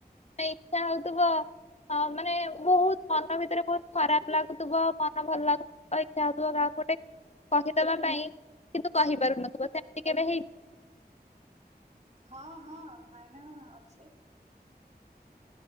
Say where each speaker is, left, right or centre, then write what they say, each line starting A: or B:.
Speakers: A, on the left (about 40°); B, on the right (about 40°).
A: ଇଛା ହଉଥିବ ହ ମାନେ ବହୁତ ମନ ଭିତରେ ବହୁତ ଖରାପ ଲାଗୁଥିବ ମନ ଭଲ ଲାଗୁ ଅ ଇଛା ହଉଥିବ କାହାକୁ ଗୋଟେ କହିଦବା ପାଇଁ କିନ୍ତୁ କହିପାରୁନଥିବ ସେମିତି କେବେ ହେଇଚି।
B: ହଁ ହଁ ନାଇଁ ନାଁଇ ଅଛି।